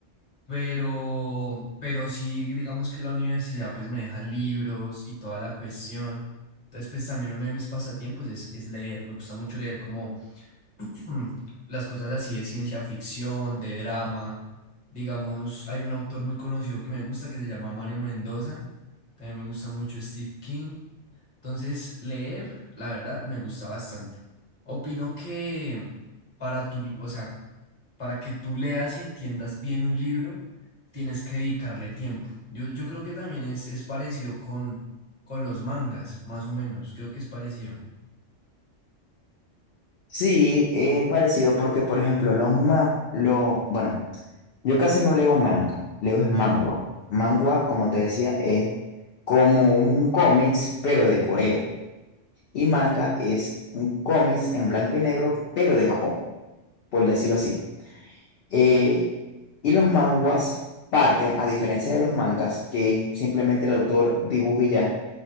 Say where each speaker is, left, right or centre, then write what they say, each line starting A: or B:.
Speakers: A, on the left; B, on the left.
A: pero, pero sí, digamos que la universidad pues me deja libros y toda la cuestión. Entonces, pues también uno de mis pasatiempos es, es leer. Me gusta mucho leer como <clears throat> mm, las cosas así de ciencia ficción, de drama. Digamos, hay un autor muy conocido que me gusta que se llama Mario Mendoza. También me gusta mucho Steve King. Entonces, leer, la verdad, me gusta bastante. Opino que para tú, o sea, para que tú leas y entiendas bien un libro, tienes que dedicarle tiempo. Yo, yo creo que también es, es parecido con, con los mangas, más o menos. Creo que es parecido.
B: Sí, es parecido porque, por ejemplo, los ma, lo, bueno, yo casi no leo manga, leo es mangua. Mangua, como te decía, es como un cómics, pero de Corea. Y manga es un cómic en blanco y negro, pero de Japón, por decirlo así. Eh, y los manguas parten, a diferencia de los mangas, que simplemente el autor dibuja y ya,